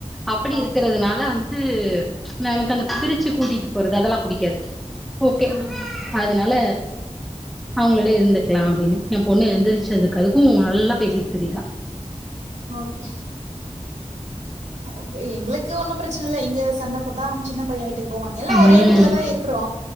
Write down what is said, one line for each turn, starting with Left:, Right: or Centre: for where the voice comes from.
Centre: அப்பிடி இருக்கிறதுனால
Right: ஓகே ஓகே
Centre: வந்து து நா எனக்கு அந்த பிரிச்சு கூட்டிட்டு போறது அதெல்லா பிடிக்காது ஓகே
Right: ஆஹா
Centre: அதனால அவங்களோடயே இருந்துக்லா அப்டினு எம் பொண்ணு எழுந்திரிச்சதுக்கு அதுக்கு நல்லா பேசிட்டு திரிரா
Right: ஓகே ஓகே எங்ளுக்கு ஒன்னு பிரச்சனை இல்ல இங்க சண்ட போட்டா அவங்க சின்ன பைய வீட்டுக் போவாங் எல்லா ஒரே
Centre: ம்
Right: எடத்துல தா இருக்கறோ